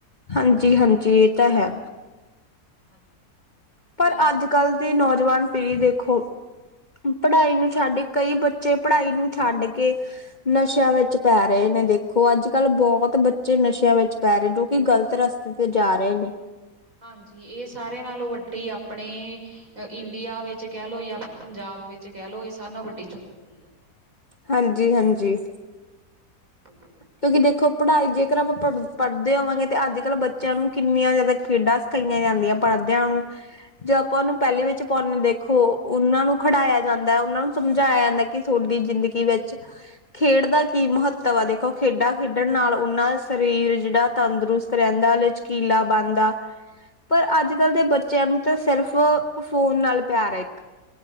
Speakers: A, on the left; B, on the right.
A: ਹਾਂਜੀ-ਹਾਂਜੀ, ਏ ਤਾ ਹੈ।
B: ਹਾਂਜੀ। ਬਿਲਕੁਲ
A: ਪਰ,
B: ਕੋਈ
A: ਆੱਜ-ਕਾੱਲ ਦੀ ਨੌਜਵਾਨ ਪੀੜੀ ਦੇਖੋ ਪੜਾਈ ਨੂੰ ਛਾੱਡ, ਕਈ ਬੱਚੇ ਪੜਾਈ ਨੂੰ ਛਾੱਡ ਕੇ ਨਸੇ਼ਆਂ ਵੇੱਚ ਪੈ ਰਏ ਨੇ ਦੇਖੋ, ਅੱਜ-ਕੱਲ ਬਹੋਤ ਬੱਚੇ ਨਸੇ਼ਆਂ ਵੇੱਚ ਪੈ ਰੇ ਜੋ ਕਿ ਗਲਤ ਰਸ ਤੇ ਜਾ ਰਏ ਨੇ।
B: ਹਾਂਜੀ, ਏ ਸਾਰੇਆ ਨਾਲੋਂ ਵੱਡੀ ਆਪਣੇ ਇੰਡੀਆ ਵਿੱਚ ਕੈ ਲੋ ਯਾ ਆਪਣੇ ਪੰਜਾਬ ਵਿੱਚ ਕੈ ਲੋ ਏ ਸਾਰੇਆ ਨਾਲੋ ਵੱਡੀ ਚੁਨੌਤੀ ਐ।
A: ਹਾਂਜੀ-ਹਾਂਜੀ।
B: <inaudible>
A: ਕੇਓਕਿ ਦੇਖੋ ਪੜਾਈ ਜੇਕਰ ਆਪਾਂ ਪੜ ਪੜਦੇ ਹੋਵਾਂਗੇ, ਤਾਂ ਆੱਜ-ਕਾੱਲ ਬੱਚੇਆਂ ਨੂੰ ਕਿੰਨੀਆਂ ਜਾਦਾ ਖੇਡਾਂ ਕਈਆਂ ਜਾਂਦੀਆਂ ਪੜਦੇਆਂ ਨੂੰ ਜੇ ਆਪਾਂ ਓਨੂੰ ਪੈਲੀ ਵਿੱਚ ਪੌਨੇ ਦੇਖੋ, ਉਨਾਂ ਨੂੰ ਖੜਾਯਾ ਜਾਂਦਾ ਉਨਾਂ ਨੂੰ ਸਮਝਾਏਆ ਜਾਂਦਾ ਕਿ ਥੋਡੀ ਜਿੰਦਗੀ ਵਿੱਚ ਖੇਡ ਦਾ ਕੀ ਮਹੱਤਵ ਤਵਾ ਦੇਖੋ ਖੇਡਾਂ ਖੇਡਣ ਨਾਲ਼ ਓਨਾਂ ਦਾ ਸਰੀਰ ਜੀਡਾ ਤੰਦਰੁਸਤ ਰੈਂਦਾ ਓਚ ਕੀਲਾ ਬਾਨਦਾ। ਪਰ ਆੱਜ-ਕਾੱਲ ਦੇ
B: ਬਿਲਕੁਲ
A: ਬੱਚੇਆਂ ਨੂੰ ਤਾਂ ਸੇਰਫ਼, ਫੋਨ ਨਾਲ ਪੇਆਰ ਆ ਏੱਕ।